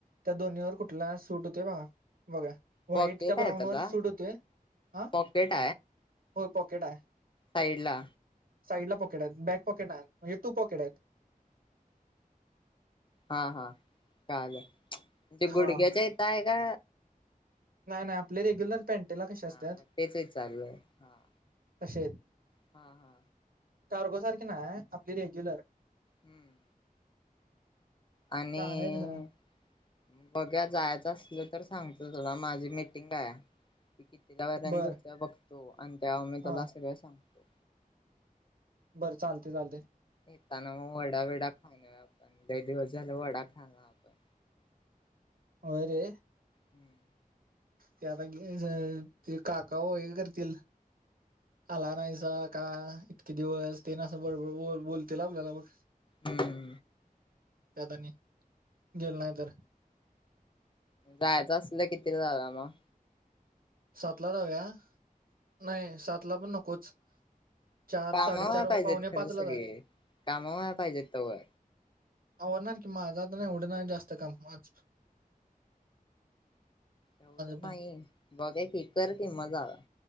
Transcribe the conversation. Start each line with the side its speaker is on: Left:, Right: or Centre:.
Right: त्या दोन्ही वर कुठला सूट होतोय बघा- बघा. व्हाईट
Left: पॉकेट
Right: त्या
Left: आहे
Right: ब्राऊन
Left: त्याला
Right: वर सूट होतोय, ह
Left: पॉकेट
Right: हो पक केट हाय.
Left: साईडला
Right: साईड ला पॉकेट आहेत, बॅक पॉकेट आहेत, म्हणजे टू पॉकेट आहेत.
Left: हा हा कळालं. म्हणजे गुडघ्याच्या
Right: हा
Left: इथं आहे का?
Right: नाही नाही आपले रेग्युलर पॅन्टेला कसे असतात
Left: हा मग तेच एक चालु हाय.
Right: तसेच
Left: हा हा.
Right: कार्गो सारखी नाही आपली रेग्युलर
Left: हम. आणि
Right: चांगले आहेत खरं
Left: बघूया जायचं असलं तर सांगतो. <unintelligible> माझी मिटिंग आहे. कितीला <unintelligible> वर त्या अण
Right: बर
Left: बघतो. तोव आणि त्या उमेशला
Right: हा
Left: सगळं सांग <inaudible>
Right: बरं चालतयं चालतयं.
Left: येताना मग वडा विडा खाऊन येऊ आपण, लय दिवस झाले वडा खाल्ला आपण.
Right: होय रे.
Left: हम्म
Right: ते आता घेयचंय, ते काका ओळी करतील. आला नायसाक. का इतके दिवस ते ना असं बरोबर बोलतील आपल्याला बघ.
Left: हम्म
Right: त्यात आणि, गेलो नाय तर.
Left: जायचं असलं कितीला जाऊया मग?
Right: सातला जाऊया. नाय सातला पण नकोच. चार
Left: कामं
Right: साडेचार
Left: व्हाय पाहिजेत
Right: पावणे
Left: खरं
Right: पाचला
Left: सगळी,
Right: जा
Left: कामं व्हाय पाहिजेत तवर.
Right: हा होणार की, माझं आता नाही एवढं नाही जास्त काम माझं
Left: एवढं
Right: पण
Left: नाहीे. बघुया की, कर कि मग जाऊया.